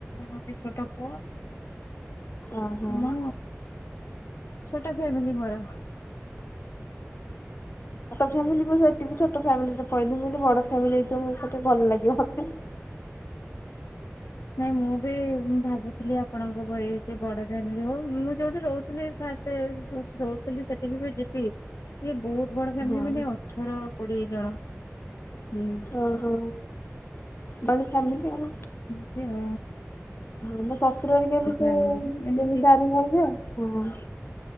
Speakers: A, on the left; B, on the left.
A: ଆ ଛୋଟ ପୁଅ
B: ଓହୋ
A: ମୁଁ ଛୋଟ ଫ୍ୟାମିଲି ମର।
B: ଛୋଟ ଫ୍ୟାମିଲି ସେଠି ଛୋଟ ଫ୍ୟାମିଲିରେ ପହିଲି ବୋଲି ବଡ ଫ୍ୟାମିଲି ହେଇଥିବ ମ ମୋତେ ଭଲ ଲାଗିବ ମୋତେ।
A: <inaudible> ନାଇଁ ମୁଁ ବି ଭାବୁଥିଲି ଆପଣଙ୍କ ଭ ବଡ ଫ୍ୟାମିଲି ହଉ ମୁଁ ଯୋଉଠି ରହୁଥିଲି ରହୁଥିଲି ସେଠିକି ବି ଯିବି ସିଏ ବହୁତ ବଡ ଫ୍ୟାମିଲି
B: ହଁ
A: ମାନେ ଅଠର କୋଡିଏ ଜଣ। ହୁଁ
B: ଓ ହୋ ବାଣ ଫମିଲ ଆ
A: ସେ ହ
B: ହଁ ମୋ ଶ୍ୱଶୁରରିକ ବି ସେ
A: ଫ୍ୟାମିଲି ମାନେ
B: ତିନି ଚାରି ଭାଇ ଆ ହଁ